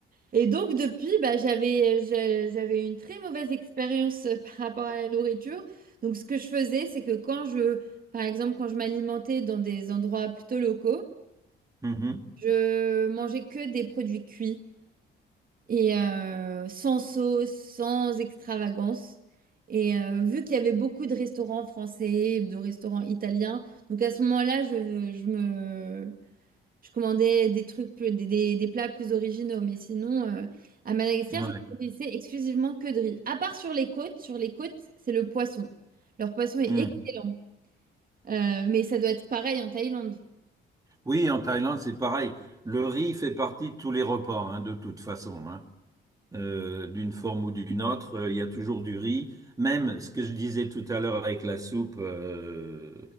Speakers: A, on the right; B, on the right.
A: Et donc depuis, bah, j'avais j'a- j'avais une très mauvaise expérience euh, <laughs> par rapport à la nourriture. Donc ce que je faisais, c'est que quand je, par exemple, quand je m'alimentais dans des endroits plutôt locaux,
B: Mhm.
A: Je mangeais que des produits cuits et euh, sans sauce, sans extravagance. Et euh, vu qu'il y avait beaucoup de restaurants français, de restaurants italiens, donc à ce moment-là, je, je me, je commandais des trucs plus, des, des- des plats plus originaux. Mais sinon, euh, à Madagascar,
B: Ouais.
A: je me nourrissais exclusivement que de riz. À part sur les côtes, sur les côtes, c'est le poisson. Leur poisson est
B: Mm.
A: excellent, Euh, mais ça doit être pareil en Thaïlande.
B: Oui, en Thaïlande, c'est pareil. Le riz fait partie de tous les repas, hein, de toute façon. hein. euh, d'une forme ou d'une autre. euh, Il y a toujours du riz. Même ce que je disais tout à l'heure avec la soupe euh,